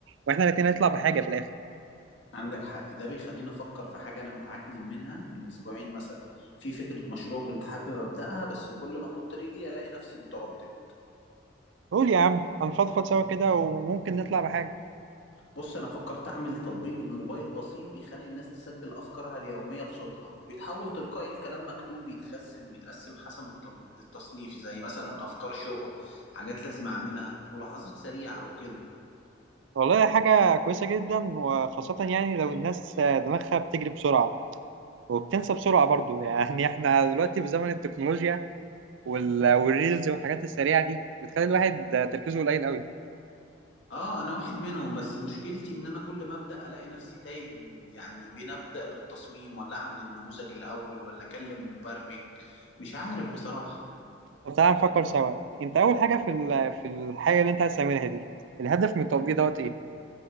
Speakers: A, on the right; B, on the left.
A: واحنا الاتنين نطلع بحاجة في الاخر
B: عندك حق ده بيخليني افكر في حاجه انا متعكنن منها من اسبوعين مثلا في فكره مشروع كنت حابب ابداها بس كل ما احط رجلي الاقي نفسي متردد
A: قول يا عم هنفضفض سوا كده وممكن نطلع بحاجة
B: بص انا فكرت اعمل تطبيق الموبايل بسيط بيخلي الناس تسجل افكارها اليوميه بصوتها ويتحول تلقائي لكلام مكتوب يتخزن ويتقسم حسب التم- التصنيف زي مثلا افكار شغل حاجات لازم اعملها ملاحظات سريعه وكده
A: والله حاجة كويسة جدا وخاصة يعني لو الناس دماغها بتجري بسرعة وبتنسى بسرعة برضو يعني احنا دلوقتي في زمن التكنولوجيا وال- والريلز والحاجات السريعه دي بتخلي الواحد تركيزه قليل قوي
B: اه انا واحد منهم بس مشكلتي ان انا كل ما ابدا الاقي نفسي تايه يعني بين ابدا بالتصميم ولا اعمل النموذج الاول ولا اكلم مبرمج مش عارف بصراحه
A: طب تعالى نفكر سوا انت اول حاجه في ال- في الحاجه اللي انت عايز تعملها دي الهدف من التطبيق دوت ايه